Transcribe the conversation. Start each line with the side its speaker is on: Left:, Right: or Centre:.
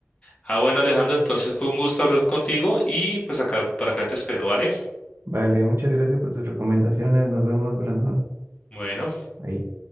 Left: Ah, bueno, Alejandro, entonces fue un gusto hablar contigo y pues acá, para acá te espero, ¿vale?
Right: Vale, muchas gracias por tus recomendaciones. Nos vemos, Brandon.
Left: Bueno.
Right: Ahí.